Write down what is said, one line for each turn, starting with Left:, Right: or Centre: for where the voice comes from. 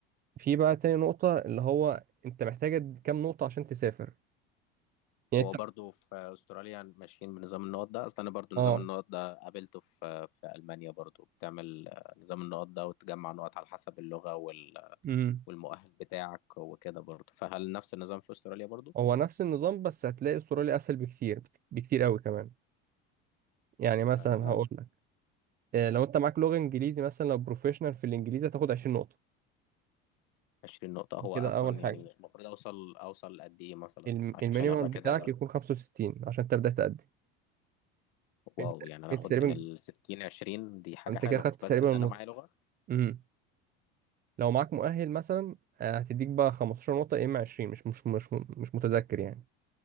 Right: في بقى تاني نقطة اللي هو انت محتاج كام نقطة عشان تسافر يعني
Left: هو
Right: انت
Left: برضه في استراليا ماشيين بنظام النقط ده اصلا انا برضه
Right: اه
Left: نظام النقط ده قابلته في في المانيا برضه بتعمل آه، نظام النقط ده وتجمع نقط على حسب اللغة وال
Right: امم
Left: والمؤهل بتاعك وكده برضه فهل نفس النظام في استراليا برضه
Right: هو نفس النظام بس هتلاقي استراليا اسهل بكتير بت- بكتير قوي كمان يعني مثلا
Left: آه لو
Right: هقول لك آه، لو انت معاك لغة انجليزي مثلا لو بروفيشنال في الانجليزي هتاخد 20 نقطة
Left: 20 نقطة
Right: دي
Left: هو
Right: كده
Left: أصلا
Right: اول حاجة
Left: يعني المفروض أوصل أوصل قد إيه مثلا
Right: الم- المينيمم
Left: عشان أبقى كده
Right: بتاعك يكون 65 عشان تبدأ تقدم
Left: واو
Right: انت
Left: يعني أنا
Right: انت
Left: آخد
Right: تقريبا
Left: من ال 60 20 دي حاجة
Right: انت
Left: حلوة
Right: كده خدت
Left: بس
Right: تقريبا
Left: إن
Right: النص
Left: أنا معايا لغة
Right: امم لو معاك مؤهل مثلا آه، هتديك بقى 15 نقطة يا اما 20 مش مش مش مش متذكر يعني